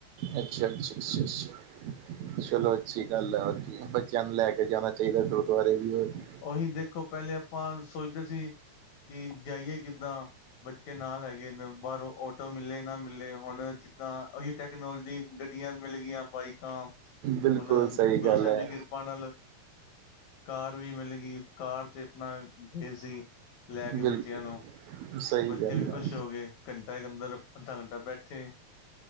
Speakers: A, on the right; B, on the left.
A: ਅੱਛਾ ਅੱਛਾ ਅੱਛਾ ਅੱਛਾ ਚਲੋ ਅੱਛੀ ਗੱਲ ਐ ਹੋਰ ਕੀ ਬੱਚਿਆਂ ਨੂੰ ਲੈ ਲੈ ਕੇ ਜਾਨਾ ਚਾਹੀਦਾ ਗੁਰਦੁਆਰੇ ਵੀ ਹੋਰ ਕੀ।
B: ਉਹੀ ਦੇਖੋ ਪਹਿਲੇ ਆਪਾਂ ਸੋਚਦੇ ਸੀ ਕਿ ਜਾਈਏ ਕਿੱਦਾਂ। ਬੱਚੇ ਨਾਲ ਹੈਗੇ ਨੇ ਬਾਹਰੋਂ ਆਟੋ ਮਿਲੇ ਨਾ ਮਿਲੇ ਹੁਣ ਜਿੱਦਾਂ ਉਹੀ ਟੈਕਨੋਲੋਜੀ ਗੱਡੀਆਂ ਮਿਲ ਗਈਆਂ ਬਾਈਕਾਂ,
A: ਬਿਲਕੁਲ
B: ਹੁਣ
A: ਸਹੀ
B: ਗੁਰੂ
A: ਗੱਲ
B: ਸਾਹਿਬ
A: ਹੈ
B: ਦੀ ਕਿਰਪਾ ਨਾਲ ਕਾਰ ਵੀ ਮਿਲਗੀ ਕਾਰ ਤੇ ਆਪਣਾ ਗਏ ਸੀ ਲੈ ਕੇ
A: ਬਿਲਕੁਲ
B: ਬੱਚਿਆਂ ਨੂੰ,
A: ਸਹੀ
B: ਬੱਚੇ
A: ਗੱਲ
B: ਵੀ ਖ਼ੁਸ਼
A: ਹੈ
B: ਹੋ ਗਏ। ਘੰਟਾ ਇੱਕ ਅੰਦਰ ਅੱਧਾ ਘੰਟਾ ਬੈਠੇ,